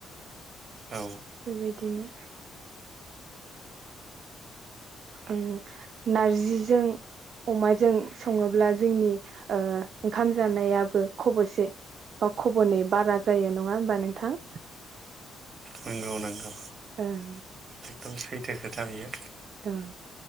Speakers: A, on the right; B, on the right.
A: औ
B: बेबायदिनो उम नारजिजों अमाजों सङोब्ला जोंनि ओ ओंखाम जानायाबो खब'से बा खब'नै बारा जायो नङा होमबा नोंथां
A: नोंगौ नोंगौ
B: ओं
A: एकदम सैथो खोथा बियो
B: ओं